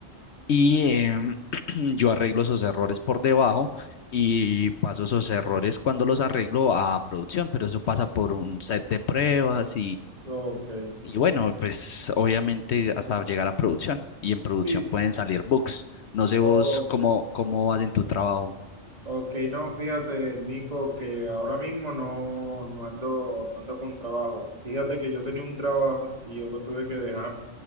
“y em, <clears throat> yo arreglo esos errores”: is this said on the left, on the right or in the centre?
Left